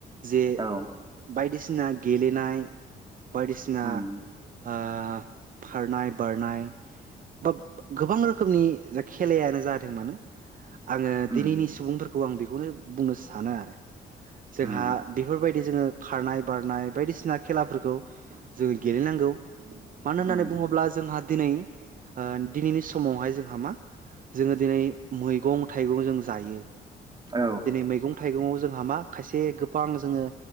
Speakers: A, on the right; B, on the right.
A: जे बाइक
B: औ
A: बायदिसिना गेलेनाय बायदिसिना
B: उम
A: बा खारनाय बारनाय बा गोबां रोखोमनि जायखि खेलायानो जाथों मानो आङो
B: उम
A: दिनैनि सुबुंफोरखौ औ आं बेखौनो बुंनो सानो आरो जोंहा
B: उम
A: बेफोरबायदि जोङो खारनाय बारनाय बायदिसिना खेलाफोरखौ जोङो गेलेनांगौ मानो होननानै
B: उम
A: बुङोब्ला जोंहा दिनै ओ दिनैनि समावहाय जोंहा मा जोङो दिनै मैगं थाइगं जों जायो
B: औ
A: दिनै मैगं थाइगङाव जों हामा खायसे गोबां जोङो